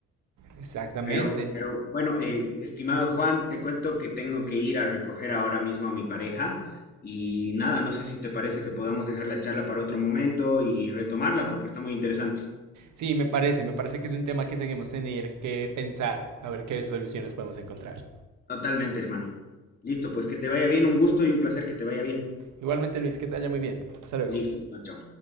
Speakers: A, on the right (about 75°); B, on the left (about 30°).
A: Exactamente.
B: Pero, pero bueno, eh, estimado Juan, te cuento que tengo que ir a recoger ahora mismo a mi pareja y nada, no sé si te parece que podamos dejar la charla para otro momento y retomarla porque está muy interesante.
A: Sí, me parece, me parece que es un tema que seguimos tener que pensar, a ver qué soluciones podemos encontrar.
B: Totalmente, hermano. Listo, pues que te vaya bien, un gusto y un placer que te vaya bien.
A: Igualmente Luis, que te vaya muy bien. Hasta luego.
B: Listo, chao, chao.